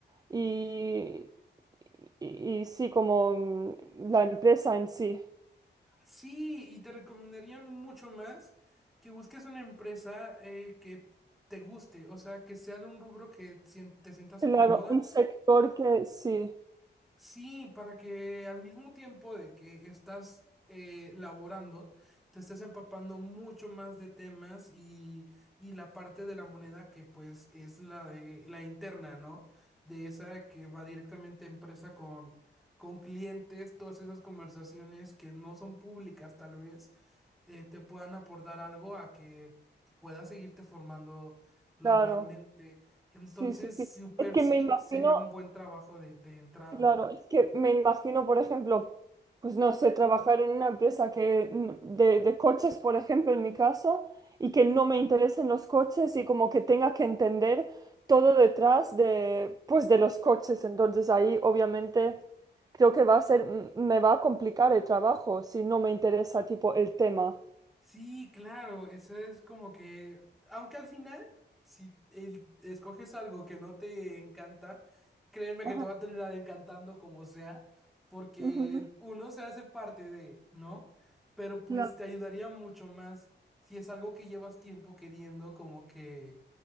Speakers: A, on the right; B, in the centre.
A: y, y, y sí, como mm, la empresa en sí?
B: Sí, y te recomendaría mucho más que busques una empresa eh, que te guste, o sea, que sea de un rubro que sien- te sientas
A: Claro,
B: cómoda.
A: un sector que sí,
B: Sí, para que al mismo tiempo de que estás eh, laborando, te estés empapando mucho más de temas y, y la parte de la moneda que pues es la de la interna, ¿no? De esa que va directamente empresa con, con clientes, todas esas conversaciones que no son públicas tal vez eh, te puedan aportar algo a que puedas seguirte formando laboralmente.
A: claro,
B: Entonces,
A: sí, sí, sí.
B: super
A: Es que
B: sí
A: me imagino
B: sería un buen trabajo de, de entrada.
A: Claro, es que me imagino, por ejemplo, pues no sé, trabajar en una empresa que n- de, de coches, por ejemplo, en mi caso, y que no me interesen los coches y como que tenga que entender todo detrás de, pues, de los coches. Entonces ahí obviamente creo que va a ser, m- me va a complicar el trabajo si no me interesa tipo el tema.
B: Sí, claro, eso es como que, aunque al final, si el- escoges algo que no te encanta, créeme
A: Ajá.
B: que te va a terminar encantando como sea, porque
A: ujú,
B: uno se hace parte de, ¿no? Pero pues
A: Claro.
B: te ayudaría mucho más si es algo que llevas tiempo queriendo, como que